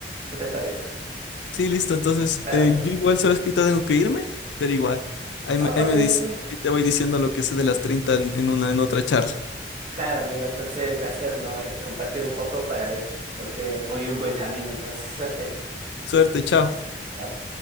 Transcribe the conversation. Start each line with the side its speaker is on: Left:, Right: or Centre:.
Right: ¿Qué te parece?
Left: Sí, listo. Entonces,
Right: Claro,
Left: eh,
Right: porque...
Left: yo igual sabes que ahorita tengo que irme, pero igual. Ahí me,
Right: Ah,
Left: ahí
Right: ok,
Left: me dice,
Right: ok.
Left: ahí te voy diciendo lo que sé de las 30 en una, en otra charla.
Right: Claro, amigo, entonces gracias, ¿no? Eh, compartir un poco para ver, creo que voy en buen camino, entonces suerte.
Left: Suerte, chao.
Right: Chao.